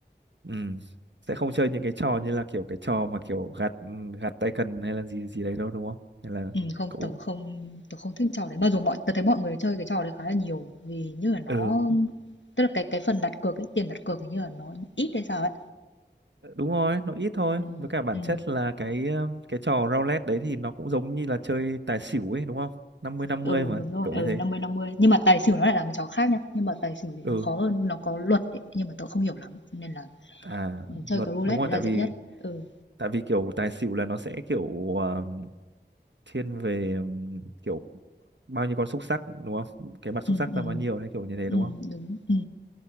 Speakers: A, on the right; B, on the left.
A: ừ. sẽ không chơi những cái trò như là kiểu cái trò mà kiểu gạt ừ, gạt tay cần hay là gì gì đấy đâu đúng không nên là
B: Ừm, không,
A: cũng
B: tớ không tớ không thích trò đấy. Mặc dù mọi tớ thấy mọi người chơi cái trò đấy khá là nhiều vì như là nó
A: ừ
B: tức là cái cái phần đặt cược ấy, tiền đặt cược hình như là nó ít hay sao ấy.
A: Ờ, đúng rồi nó ít thôi
B: Ừ,
A: với cả bản
B: ừ,
A: chất là cái um, cái trò roulette đấy thì nó cũng giống như là chơi tài xỉu ấy đúng không Năm mươi năm
B: ừ
A: mươi mà
B: đúng rồi,
A: kiểu
B: ừ
A: như thế
B: năm mươi năm mươi, Nhưng mà tài xỉu nó lại là một trò khác nhá. Nhưng mà tài xỉu thì
A: ừ
B: nó khó hơn, nó có luật ấy, nhưng mà tớ không hiểu lắm. Cho Nên là
A: à
B: ừ, chơi
A: luật
B: cái roulette
A: đúng rồi
B: đấy là
A: tại vì
B: dễ nhất. Ừ,
A: tại vì kiểu tài xỉu là nó sẽ kiểu um, thiên về um, kiểu bao nhiêu con xúc xắc đúng không cái mặt xúc
B: ừ,
A: xắc
B: ừ,
A: ra bao nhiêu đấy kiểu như thế
B: ừ
A: đúng không
B: đúng. Ừ.